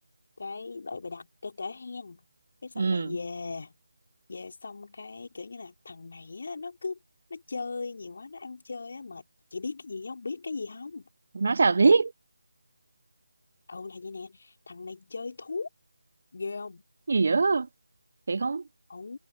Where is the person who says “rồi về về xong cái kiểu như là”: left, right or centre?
Left